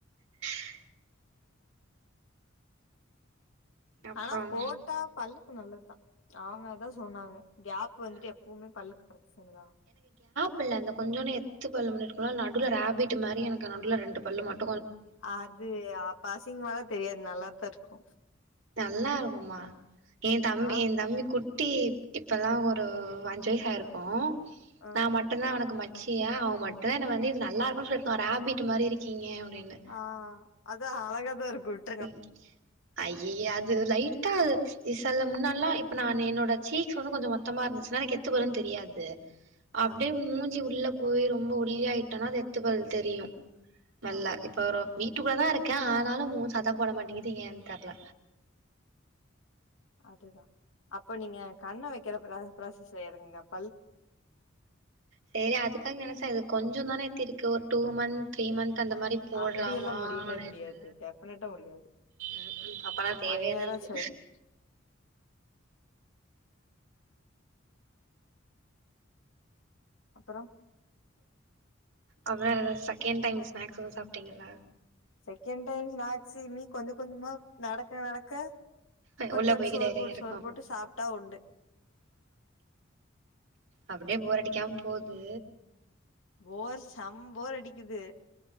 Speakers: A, on the right (about 70°); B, on the left (about 80°).
A: <inaudible> அப்புறம்
B: ஆனா போட்டா பல்லு கு நல்லத்தா அவுங்க அதா சொன்னாங்க கேப் வந்துட்டு
A: ஆ
B: எப்புமே பல்லுக்கு பிரச்சினதா
A: புல்ல அந்த கொஞ்சோனே எத்துப் பல்லு முன்னாடி முன்னால் நடுல ரேபிட் மாரி எனக்கு நடுல ரெண்டு பல்லு மட்
B: அது அப்ப அசிங்மாலா தெரியாது நல்லாத்தா இருக்கோ
A: த நல்லாருக்குமா எ தம்பி
B: ஆ
A: எ தம்பி குட் டி டிப்பெல்லா ஒரு அஞ்சு வயசாயிருக்கோ
B: ஆ
A: நா மட்டுந்தா அவனுக்கு ம சியா அவன் மட்டு்தான் என்ன வந்து இது நல்லா இருக்கும் சொல்லிட்டான் ராபிட் மாறி இருக்கீங்க அப்டின்னு
B: ஆ அத அழகாதா இருகுட்
A: ம் அய்யய்யே அது லைட்டா இ சல்ல முன்னெல்லா இப்ப நானு என்னோட சீக்ஸ் வந்து கொஞ்சோ மொத்தமா இருந்துச்சுன்னா எனக்கு எத்து பல்லுன்னு தெரியாது அப்டியே
B: ஆ
A: மூஞ்சி உள்ள போய் ரொம்ப ஒல்லி ஆயிட்டனா அந்த எத்து பல்லு தெரியும் நல்லா
B: ஆ
A: இப்ப ஒரோ வீட் ட்டுக்குள்ள தான் இருக்கன் ஆனாலும் மோஸ்ட் சதா போட மாட்டிங்குது ஏன்னு தெரியல
B: அதுதான் அப்ப நீங்க கண்ணு வைக்கிற ப்ரா ப்ராசெஸ்சுல இறங்குங்க அப்
A: செரி அதுக்காக நெனைச்சாது கொஞ்சோ தானே எத்தி இருக்கு ஒரு டூ மந்த் த்ரீ மந்த் அந்த மாரி போடலாமா
B: அப்டியெல்லா முடியவே
A: அப்டின்னு
B: முடியாது டெபினட்டா முடியாது
A: ம் ம் அப்பனா தேவையே
B: ஒன் இயர்
A: இல்ல எனக்கு
B: ஆச்சு ஆயிடும் அப்புறம்
A: அப்புறோ ஏதாவது செகண்ட் டைம் ஸ்நாக்ஸ் எதும் சாப்பிட்டீங்களா
B: செகண்ட் டைம் ஸ்நாக்ஸ்ஸு இனி கொஞ்சோ கொஞ்சமா நடக்க நடக்க கொஞ்சோனு
A: உள்ள போய்கிட்டே
B: சோறு
A: இறங்கி
B: போட்டு
A: இருக்கு
B: சோறு போட்டு சாப்பிட்டா உண்டு
A: அப்படியே போர் அடிக்காம போது
B: போர் செம போர் அடிக்குது